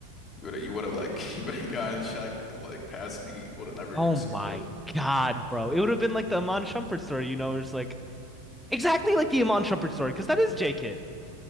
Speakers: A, on the left; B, in the centre.
A: You would have you would have like <laughs> you would have gotten Shaq like passes you would have never
B: Oh
A: conceived
B: my
A: of.
B: God, bro. It would have been like the Amon Shumpert story, you know, it's like exactly like the Amon Shumpert story, because that is J Kidd.